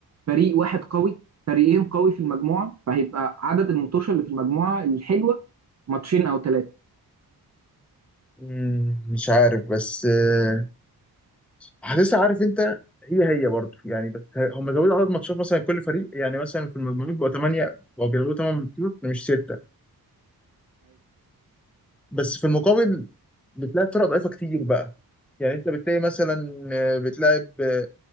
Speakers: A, on the right; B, in the centre.
A: فريق واحد قوي فريقين قوي في المجموعة فهيبقى عدد المتوشة اللي في المجموعة الحلوة ماتشين أو ثلاثة
B: مم، مش عارف بس آه، حاسسها عارف انت هي هي برضه يعني بس هم زودوا عدد ماتشات مثلا كل فريق يعني مثلا في المجموعات بقوا 8 بقوا بيلعبوا 8 ماتشات مش 6 بس في المقابل بتلاقي فرق ضعيفة كتير بقى يعني انت بتلاقي مثلا آه، بتلاعب آه،